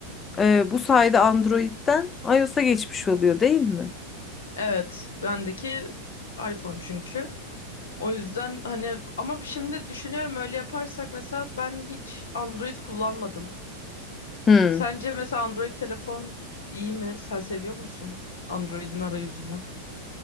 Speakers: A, on the left; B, on the left.
A: e, bu sayede Android'den iOS'a geçmiş oluyor değil mi?
B: Evet, bendeki iPhone çünkü. O yüzden hani ama şimdi düşünüyorum öyle yaparsak mesela ben hiç Android kullanmadım.
A: Hmm.
B: Sence mesela Android telefon iyi mi? Sen seviyor musun Android'in arayüzünü?